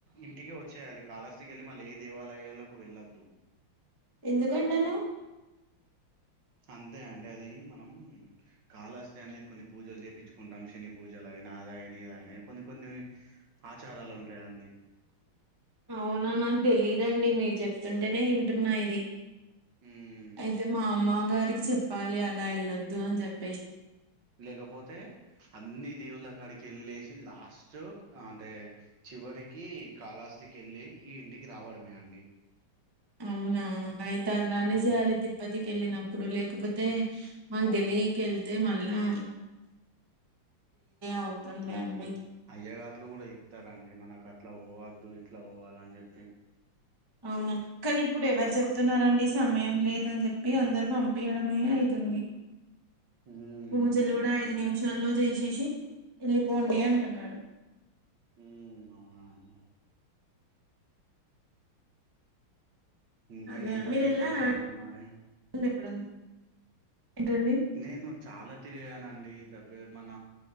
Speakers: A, on the right (about 60°); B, on the right (about 40°).
A: ఇంటికి వచ్చేయాలి కాళాస్తికెళ్ళి మళ్ళీ ఏ దేవాలయాలకు వెళ్ళొద్దు
B: ఎందుకండలా
A: అంతే అండి అది మనం కాళహస్తి అనే కొన్ని పూజలు చేపిచ్చుకుంటాం శని పూజలైన అదైన ఇదైనా కొన్ని కొన్ని ఆచారాలున్ టయండి
B: అవునా నాక్ తెలీదండి మీరు చెప్తుంటేనే ఇంటున్నా ఇది
A: ఉమ్.
B: అయితే మా అమ్మ గారికి చెప్పాలి అలా ఎళ్ళొద్దు అని చెప్ప
A: లేకపోతే అన్ని దేవుళ్ళ కాడికి ఎళ్ళేసి లాస్ట్ అంటే చివరికి కాళ్ళహస్తికి ఎళ్ళి ఈ ఇంటికి రావడమే అండి
B: అవునా ఆయతలనే
A: ఉమ్
B: జెయాలి తిరుపతికెళ్ళిన ఇప్పుడు లేకపోతే మాక్ తెలీకెళ్తే మళ్ళా అవుతుండే
A: అ
B: అండి
A: అయ్యగారులు కూడా చెప్తారండి మనక ఇట్లా పోవద్దు ఇట్లా పోవాలని చెప్పి
B: అవునా కానీ ఇప్పుడు ఎవరు చెప్తున్నారండి సమయం లేదని చెప్పి అందరు పంపీయడమే అయితుంది
A: ఉమ్
B: పూజలు
A: అవునండి
B: కూడా ఐదు నిమిషాల్లో చేసేసి ఎళ్ళిపో పోండి అంటున్నారు
A: ఉ అవునండి ఇంకా
B: అదే
A: ఎంటండి
B: మీరు వెళ్ళారా
A: విశేషాలు మరి
B: అండి ఎప్పుడన్నా ఏంటండి
A: నేను చాలా తిరిగానండి దగ్గర మన